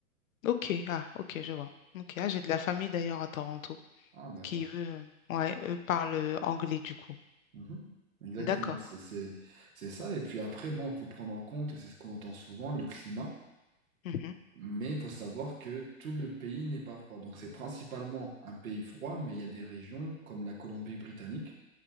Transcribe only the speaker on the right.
Ah ben
voilà.
Mhm. Exactement,
c'est c'est- c'est ça. Et puis après, bon, il faut prendre en compte, et c'est ce qu'on entend souvent, le climat.
Mais il faut savoir que tout le pays n'est pas froid. Donc c'est principalement un pays froid, mais il y a des régions comme la Colombie-Britannique,